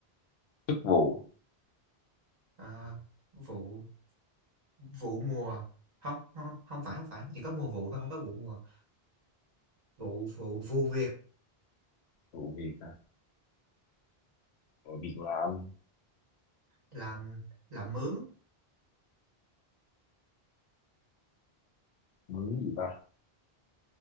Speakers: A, on the left; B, on the right.
A: chức vụ
B: ờ, vụ vụ mùa không không không không phải không phải chỉ có mùa vụ thôi không có vụ mùa vụ vụ vụ việc
A: vụ việc hả vụ việc làm
B: làm làm mướn
A: mướn gì ta